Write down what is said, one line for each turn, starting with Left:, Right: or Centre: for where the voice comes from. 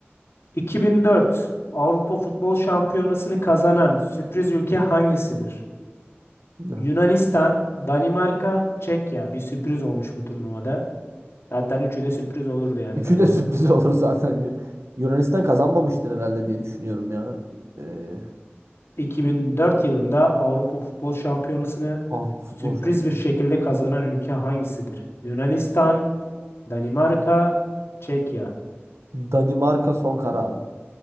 Left: 2004 Avrupa Futbol Şampiyonası'nı kazanan sürpriz ülke hangisidir?
Right: Evet.
Left: Yunanistan, Danimarka, Çekya. Bir sürpriz olmuş bu turnuvada. Hatta üçü de sürpriz olurdu yani
Right: Üçü
Left: kazansa.
Right: de <laughs> sürpriz olur zaten. Yu- Yunanistan kazanmamıştır herhalde diye düşünüyorum ya. Ee,
Left: 2004 yılında Avrupa Futbol Şampiyonası'nı
Right: Avrupa Futbol
Left: sürpriz
Right: Şampiyonu.
Left: bir şekilde kazanan ülke hangisidir? Yunanistan, Danimarka, Çekya.
Right: Danimarka son kararım.